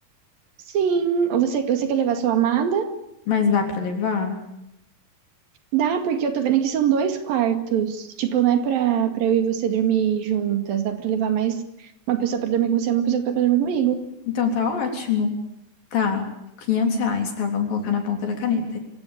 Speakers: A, on the right; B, on the left.
A: Sim, você, você quer levar sua amada?
B: Mas dá para levar?
A: Dá, porque eu tô vendo aqui são dois quartos. Tipo, não é pra, pra eu e você dormir juntas. Dá pra levar mais uma pessoa pra dormir com você e uma pessoa pra dormir comigo.
B: Então tá ótimo. Tá, 500 reais, tá? Vamos colocar na ponta da caneta.